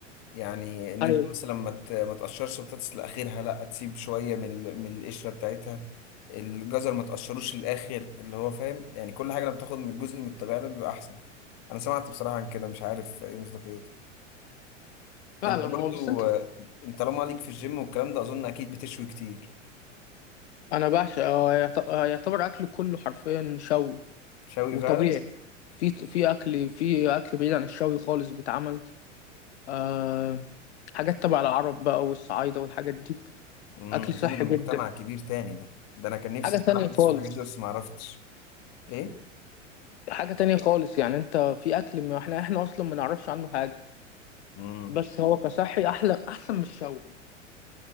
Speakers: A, on the left; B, on the left.
A: يعني ان
B: ايوه
A: انت مثلا ما ت- ما تقشرش بطاطس لاخرها لا تسيب شويه من ال- من القشره بتاعتها الجزر ما تقشروش للاخر اللي هو فاهم يعني كل حاجه لما تاخد من الجزء من الطبيعه ده بيبقى احسن انا سمعت بصراحه عن كده مش عارف ايه مصداقيته
B: فعلا
A: انت برضو
B: هو بس انت
A: آه، انت طالما ليك في الجيم والكلام ده اظن اكيد بتشوي كتير
B: انا بعشق هو يعت- آه، يعتبر اكل كله حرفيا شوي
A: شوي
B: وطبيعي
A: فعلا
B: في في اكل في اكل بعيد عن الشوي خالص بيتعمل أه حاجات تبع العرب بقى والصعايده والحاجات دي
A: امم
B: اكل
A: اظن
B: صحي
A: ده مجتمع
B: جدا
A: كبير تاني ده ده انا كان نفسي
B: حاجه
A: بصراحه
B: تانية
A: ادرس
B: خالص
A: في الحاجات دي بس ما عرفتش ايه
B: حاجه تانية خالص يعني انت في اكل ما احنا احنا اصلا ما نعرفش عنه حاجه
A: امم
B: بس هو كصحي احلى احسن من الشاورما